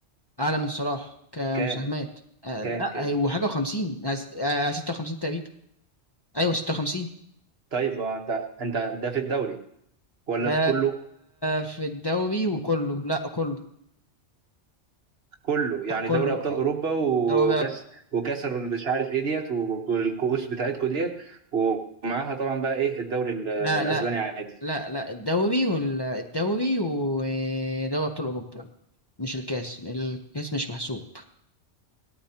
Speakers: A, on the left; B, on the right.
A: اعلى من صلاح كمساهمات
B: كام
A: آه،
B: كام
A: لا، لا
B: كام
A: ايوه حاجه وخمسين آه، 56 تقريبا ايوه 56
B: طيب هو انت انت ده في الدوري ولا
A: ده
B: في كله
A: في الدوري وكله لا كله
B: كله يعني
A: آه، كله
B: دوري ابطال
A: آه،
B: اوروبا وكاس
A: دوري أب-
B: وكاس ال- مش عارف ايه ديت والكؤوس بتاعتكو ديت ومعاها طبعا بقى ايه الدوري ال- الاسباني
A: لا لا
B: عادي
A: لا لا الدوري والدوري ودوري ابطال اوروبا مش الكاس الكاس مش محسوب